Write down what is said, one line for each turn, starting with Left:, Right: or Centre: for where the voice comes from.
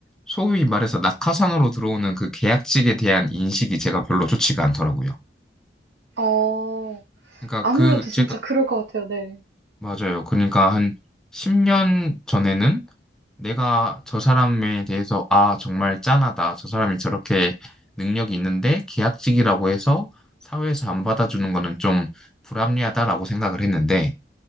Centre: 소위 말해서 낙하산으로 들어오는 그 계약직에 대한 인식이 제가 별로 좋지가 않더라고요.
Right: 어.
Centre: 그러니까
Right: 아무래도
Centre: 그 제가
Right: 진짜 그럴 것 같아요. 네.
Centre: 맞아요. 그러니까 한 10년 전에는 내가 저 사람에 대해서 아 정말 짠하다. 저 사람이 저렇게 능력이 있는데 계약직이라고 해서 사회에서 안 받아주는 거는 좀 불합리하다라고 생각을 했는데